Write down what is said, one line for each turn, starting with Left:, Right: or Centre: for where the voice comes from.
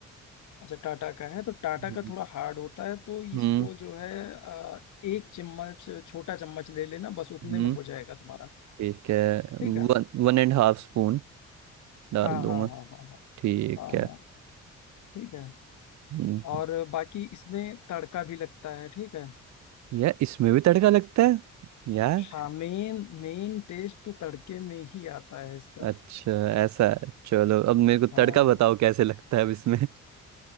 Left: अच्छा टाटा का है तो टाटा
Right: है
Left: का थोड़ा हार्ड होता है तो इसको
Right: हम्म
Left: जो है अ, एक चम्मच छोटा चम्मच ले लेना बस उतने
Right: हम्म
Left: में हो जाएगा तुम्हारा
Right: ठीक है
Left: ठीक
Right: One
Left: है
Right: one and half spoon डाल
Left: हाँ
Right: दूंगा
Left: हाँ हाँ हाँ हाँ
Right: ठीक
Left: हाँ
Right: है
Left: हाँ ठीक है
Right: हम्म
Left: और बाकी इसमें तड़का भी लगता है ठीक है
Right: यार इसमें भी तड़का लगता है यार
Left: हाँ मेन मेन टेस्ट तो तड़के में ही आता है इसका
Right: अच्छा ऐसा है चलो अब मेरे को तड़का
Left: हाँ
Right: बताओ कैसे लगता है अब इसमें <laughs>